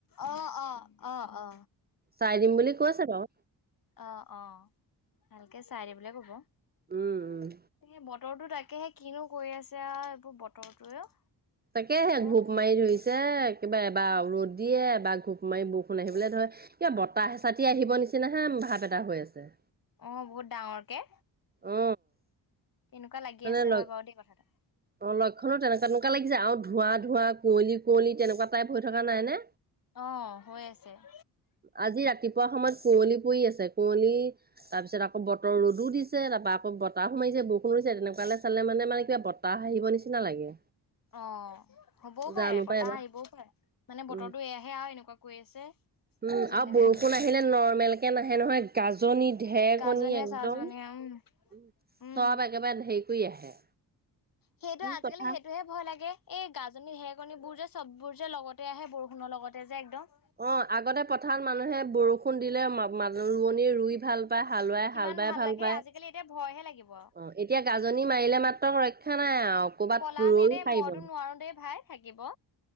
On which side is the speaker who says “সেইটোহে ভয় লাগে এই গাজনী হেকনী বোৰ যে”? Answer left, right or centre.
Left